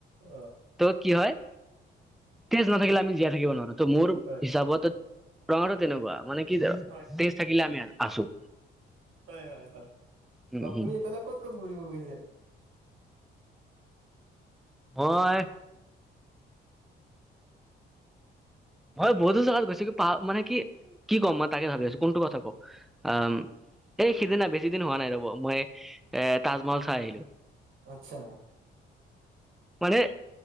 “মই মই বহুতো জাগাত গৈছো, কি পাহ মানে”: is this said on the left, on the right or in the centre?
Centre